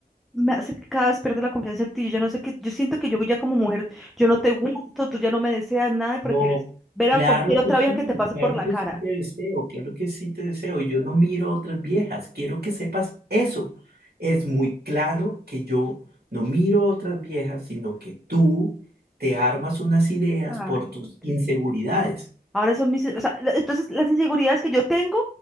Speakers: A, in the centre; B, on the right.
A: me hace que cada vez pierdo la confianza en ti. Yo ya no sé qué, yo siento que yo ya como mujer, yo no te gusto, tú ya no me deseas nada y prefieres
B: no,
A: ver
B: claro
A: a cualquier otra
B: que sí,
A: vieja que te pase
B: claro
A: por la
B: que
A: cara.
B: sí te deseo, claro que sí te deseo. Y yo no miro otras viejas, quiero que sepas eso. Es muy claro que yo no miro otras viejas, sino que tú te armas unas ideas
A: Ay,
B: por tus
A: ¿por qué?
B: inseguridades.
A: Ahora son mis, o sea, la- entonces las inseguridades que yo tengo,